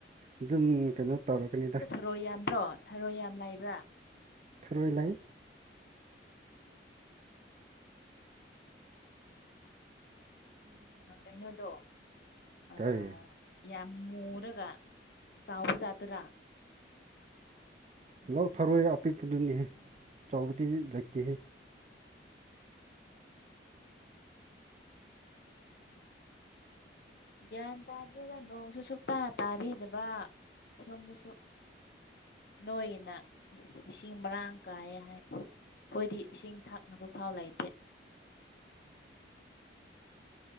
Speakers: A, on the right; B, on the left.
A: ꯑꯗꯨꯝ ꯀꯩꯅꯣ ꯇꯧꯔꯛꯀꯅꯤꯗ꯫
B: ꯊꯔꯣ ꯌꯥꯝꯕ꯭ꯔꯣ ꯊꯔꯣ ꯌꯥꯝ ꯂꯩꯕ꯭ꯔꯥ꯫
A: ꯊꯔꯣꯏ ꯂꯩ꯫
B: ꯀꯩꯅꯣꯗꯣ ꯑ꯫
A: ꯀꯩ
B: ꯌꯥꯝ ꯃꯨꯔꯒ ꯆꯥꯎꯕ ꯖꯥꯇꯨꯔꯥ꯫
A: ꯂꯧ ꯊꯔꯣꯏ ꯑꯄꯤꯛꯄꯗꯨꯅꯤ ꯑꯆꯥꯎꯕꯗꯤ ꯂꯩꯇꯦꯍꯦ꯫
B: ꯒ꯭ꯌꯥꯟ ꯇꯥꯗ꯭ꯔꯦꯒ ꯅꯣꯡꯁꯨ ꯁꯨꯛꯇ ꯇꯥꯕꯤꯗꯕ ꯁꯣꯝꯗꯁꯨ꯫ ꯅꯣꯏꯅ ꯏꯁꯤꯡ ꯃꯔꯥꯡ ꯀꯥꯏꯌꯦ ꯍꯥꯏ꯫ ꯑꯩ ꯈꯣꯏ ꯗ ꯏꯁꯤꯡ ꯊꯥꯛꯅꯕ ꯐꯥꯎ ꯂꯩꯇꯦ꯫